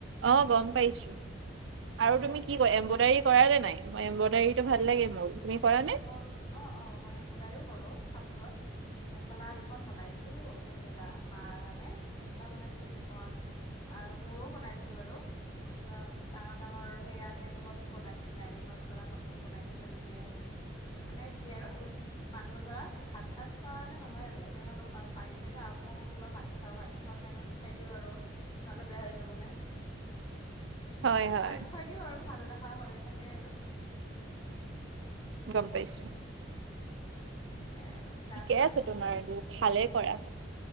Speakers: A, on the right (about 70°); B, on the left (about 30°).
A: অ গম পাইছো,
B: এয়া
A: আৰু তুমি কি কৰা এম্বুডাৰী কৰা নে নাই? মই এম্বুডাৰীটো ভাল লাগে মোৰ, তুমি কৰা নে?
B: <unintelligible> অ, অ, মই এম্ব্ৰডাৰিও কৰো কাপোৰত। মেখেলা দুখন বনাইছো, মেখেলা মাৰ কাৰণে মেখেলা বনাই দিলো দুখন। আৰু মোৰো বনাইছো বাৰু। এনেকুৱা ডাঙৰ ডাঙৰ সেয়া টেবুলতো বনাইছো ডাইনিঙত পৰা কাপোৰ বনাইছো এনেকে। মানে কি আৰু মানুহ ধৰা ভাত তাত খোৱা কাৰণে নহয় আৰু এনেই অলপ পাৰি থৈ দিয়া আকৌ কিবা ভাত খাওঁ ভাত খোৱা টাইমত উঠাই দিও আৰু নহ'লে বেয়া হৈ যাব নে! সেনেকুৱা,
A: হয় হয়
B: পাৰি থৈ দিওঁ আৰু ভাল দেখা হৈ থাকে আৰু।
A: গম পাইছো।
B: সেয়াই আৰু। গা
A: ঠিকে
B: ধুলা
A: আছে
B: তুমি
A: তোমাৰ ভালেই কৰা।